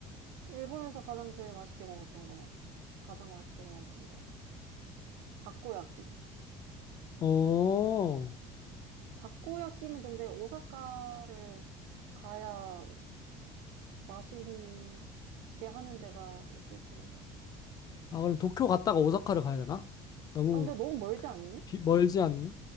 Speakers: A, on the right; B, on the left.
A: 일본에서 가장 제일 맛있게 먹었던 거, 가장 맛있게 먹었던 거, 다코야끼.
B: 어,
A: 다코야끼는 근데 오사카를 가야 맛있게 하는 데가 있을 텐데.
B: 아, 그럼 도쿄 갔다가 오사카를 가야 되나? 너무
A: 아, 근데 너무 멀지 않니?
B: 비- 멀지 않나?